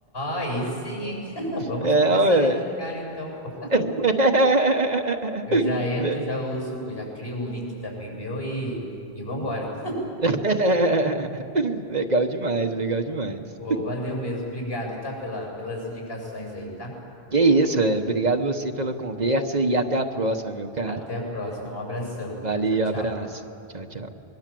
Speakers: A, on the left; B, on the right.
A: aí sim, hein? <laughs> Vamos
B: É,
A: começar
B: ué.
A: a indicar então. pô.
B: <laughs>
A: Eu já entro,
B: Le-
A: já uso, eu já crio um link também meu e, e vambora.
B: <laughs> Legal demais, legal demais.
A: Pô, valeu mesmo. Obrigado, tá? Pela, pelas indicações aí, tá?
B: Que isso, é. Obrigado você pela conversa e até a próxima, meu cara.
A: Até a próxima. Um abração.
B: Valeu,
A: Tchau, tchau.
B: abraço. Tchau, tchau.